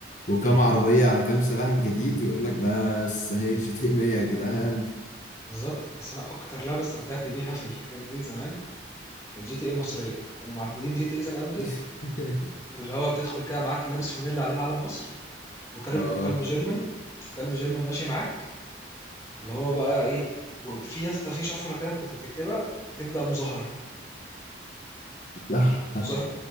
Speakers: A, on the left; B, on the left.
A: وكم
B: امم
A: عربية على كام سلاح جديد ويقول لك بس هي جي تي 100 يا جدعان
B: بالظبط بس انا اكتر لعبة استمتعت بيها في الحاجات دي زمان كانت جي تي إيه مصرية كانوا معدلين جي تي إيه سان أندريس
A: <laughs>
B: واللي هو بتدخل كده معاك لابس فانيلا عليها علم مصر وكلب
A: اه
B: وكلب جيرمان وكلب جيرمان ماشي معاك اللي هو بقى ايه وفي يا اسطى في شفره كده كنت بتكتبها تبدا مظاهره
A: صح
B: مظاهره